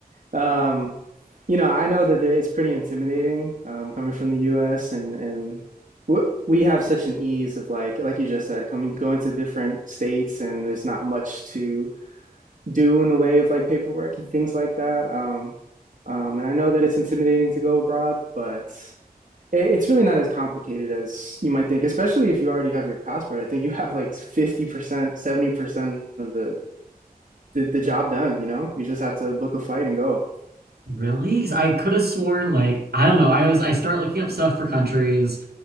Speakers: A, on the right; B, on the right.
A: Um, you know, I know that there- it's pretty intimidating um, coming from the U.S. and and w- we have such an ease of like like you just said, coming going to different states and there's not much to do in the way of like paperwork and things like that. Um, um, and I know that it's intimidating to go abroad, but it, it's really not as complicated as you might think, especially if you already have your passport. I think you have like 50%, 70% of the, the the job done, you know? You just have to book a flight and go.
B: Really? Because I could have sworn like I don't know. I was I start looking up stuff for countries